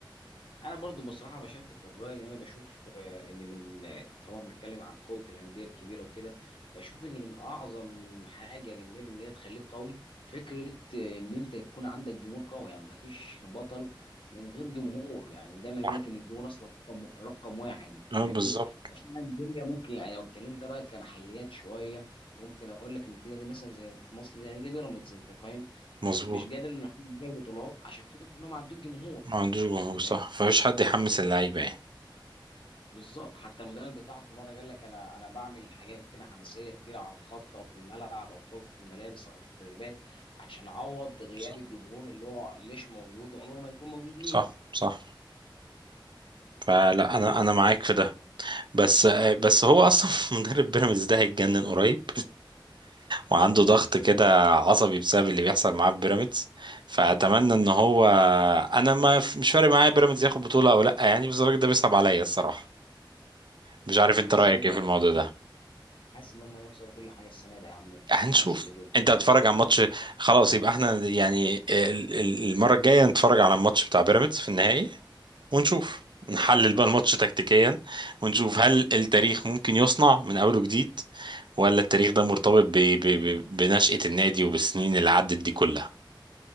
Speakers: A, on the left; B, on the right.
A: انا برضو بصراحه بشاركك الراي ان انا بشوف آه، ان من آه، طالما بنتكلم عن قوه الانديه الكبيره وكده بشوف ان من اعظم حاجه للنادي ان هي تخليه قوي فكره آه، ان انت يكون عندك جمهور قوي يعني ما فيش بطل من غير جمهور يعني دايما يقول
B: صح
A: لك ان الجمهور اصلا رقم رقم واحد انت
B: اه
A: فاهمني
B: بالظبط
A: عشان الانديه ممكن يعني لو اتكلمنا بقى كمحليات شويه ممكن اقول لك ان في نادي مثلا زي في مصر زي نادي بيراميدز انت فاهم
B: مظبوط
A: آه، مش قادر انه يحقق بطولات عشان فكره انهم عندهم جمهور
B: ما عندوش جمهور
A: انت فاهم
B: صح فمفيش حد يحمس اللعيبة يعني
A: بالظبط حتى المدرب بتاعهم في مره قال لك انا انا بعمل حاجات كده حماسيه كتير على الخط او في الملعب او في غرفه الملابس او في التدريبات عشان اعوض غياب
B: صح
A: الجمهور اللي هو مش موجود وعمره ما يكون موجود ليهم
B: صح صح فلا انا انا معاك في ده بس بس هو اصلا <laughs> مدرب بيراميدز ده هيتجنن قريب وعنده ضغط كده عصبي بسبب اللي بيحصل معاه في بيراميدز فاتمنى ان هو انا ما مش فارق معايا بيراميدز ياخد بطوله او لا يعني بس الراجل ده بيصعب عليا الصراحه مش عارف
A: انا
B: انت
A: حاسس
B: رايك
A: ان هم
B: ايه في الموضوع ده
A: حاسس ان هم يخسروا كل حاجه السنه دي يا عم
B: هنشوف
A: حاسس بكده
B: انت هتتفرج على ماتش خلاص يبقى احنا يعني ال- ال- المره الجايه نتفرج على الماتش بتاع بيراميدز في النهائي ونشوف نحلل بقى الماتش تكتيكيا ونشوف هل التاريخ ممكن يصنع من اوله جديد ولا التاريخ ده مرتبط ب... ب... ب... بنشأة النادي وبالسنين اللي عدت دي كلها